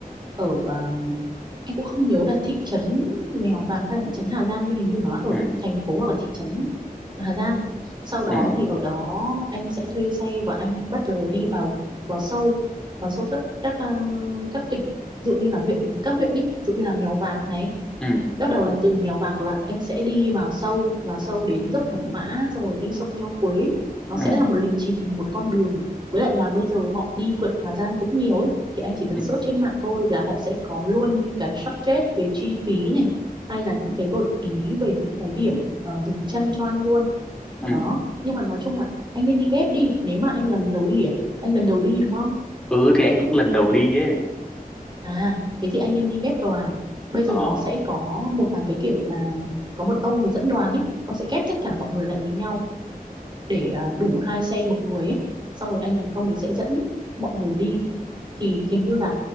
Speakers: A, on the right (about 30°); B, in the centre.
A: ở à, em cũng không nhớ là thị trấn Mèo Vạc hay là thị trấn Hà Giang nhưng hình như nó ở
B: ừ
A: thành phố hoặc là thị trấn Hà Giang sau đó
B: ừ
A: thì ở đó anh sẽ thuê xe và anh bắt đầu đi vào vào sâu vào sâu các các ờ, các tỉnh ví dụ như là huyện các huyện ý ví dụ như là Mèo Vạc này
B: ừ
A: Bắt đầu là từ Mèo Vạc là anh sẽ đi vào sâu, vào sâu đến dốc Thẩm Mã, xong rồi đi sông Nho Quế. Nó
B: ừ
A: sẽ là một lịch trình, một con đường. Với lại là bây giờ họ đi phượt Hà Giang cũng nhiều ấy. Thì anh chỉ cần
B: ừ
A: search trên mạng thôi là họ sẽ có luôn những cái budget về chi phí này. Hay là những cái gợi ý về những cái điểm à, dừng chân cho anh luôn.
B: ừ
A: Đó. Nhưng mà nói chung là anh nên đi ghép đi. Nếu mà anh là lần đầu đi à? Anh lần đầu đi đúng không?
B: Ừ, thì anh cũng lần đầu đi ấy
A: À, thế thì anh nên đi ghép đoàn. Bây giờ
B: ờ
A: nó sẽ có một vài cái kiểu là có một ông ông ấy dẫn đoàn ấy, ông sẽ ghép tất cả mọi người lại với nhau để ờ, đủ hai xe một người ấy. Xong rồi anh ông ấy sẽ dẫn mọi người đi. Thì hình như là